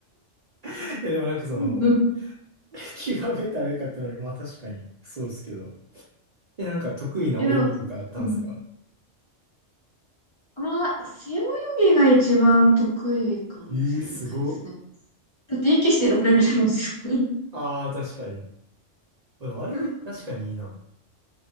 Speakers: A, on the right; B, on the left.
A: た。<laughs> いや、でもなんかその、
B: うんうん。
A: <laughs> 極めたらよかったのに、まあ確かに、そうっすけど。え、なんか得意な泳ぎとかあったんですか
B: いや、でも、うん。ああ背泳ぎが一番得意かもしれないですね。
A: ええーすごっ。
B: だって息してられるじゃないですか。
A: ああ、確かに。でもあれ、
B: <laughs>
A: 確かにいいな。